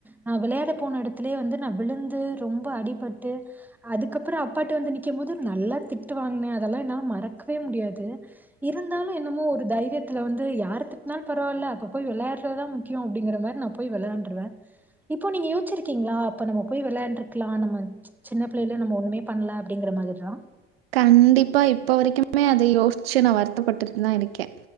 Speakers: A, in the centre; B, on the right.
A: நா வெளையாட போன எடத்துலயே வந்து நா விழுந்து ரொம்ப அடிபட்டு அதுக்கப்புறோ அப்பாட்ட வந்து நிக்கும் போது நல்லா திட்டு வாங்குனே அதெல்லா என்னால மறக்கவே முடியாது இருந்தாலு என்னமோ ஒரு தைரியத்துல வந்து யாரு திட்னாலு பரவாயில்ல அப்ப போய் வெளையாடுறதா முக் முக்கியோ அப்டிங்கறனால நா போய் வெளையான்ட்றுவே இப்போ நீங்க யோச்சிருக்கீங்களா அப்ப நம்ம போய் வெளையாண்டுருக்லா நம்ம சின்ன பிள்ளையில்லயே நம்ம ஒண்ணுமே பண்ல அப்டிங்கற மாதிரிலா
B: கண்டிப்பா இப்போ வரைக்குமே அத யோச்சு நா வருத்தப்பட்டுட்டு தா இருக்கே